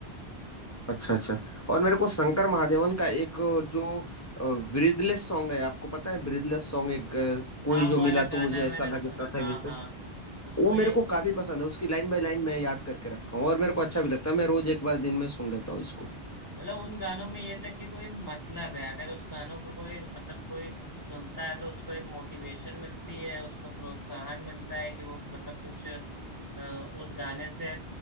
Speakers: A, on the left (about 20°); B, on the right (about 20°).
A: अच्छा अच्छा और मेरे को शंकर महादेवन का एक जो ब्रीदलेस सॉन्ग है आपको पता है ब्रीदलेस सॉन्ग एक अ, कोई
B: हाँ
A: जो
B: वो
A: मिला
B: वाला गाना
A: तो मुझे ऐसा
B: मैंने
A: लगता
B: सुना
A: था
B: हाँ हाँ उसको
A: वो मेरे
B: ये
A: को काफी पसंद है उसकी लाइन बाय लाइन मैं याद करके रखा हूँ और मेरे को
B: हाँ
A: अच्छा भी लगता है मैं रोज एक बार दिन में सुन लेता हूँ इसको
B: मतलब उन गानों में ये था कि कोई मतलब है अगर उस गानों को कोई मतलब कोई सुनता है तो उसको एक मोटिवेशन मिलती है उसको प्रोत्साहन मिलता है कि वो मतलब कुछ अ, उस गाने से